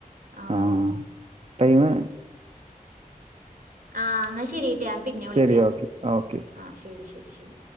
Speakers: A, on the right; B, on the right.
A: ആഹ്
B: ആ ടൈമ്
A: ആ എന്നാ ശരിട്ടായ്‌ ഞാൻ പിന്നെ വിളിക്കാം
B: ശരി ഓക്കെ ഓക്കെ.
A: ആ ശരി ശരി ശരി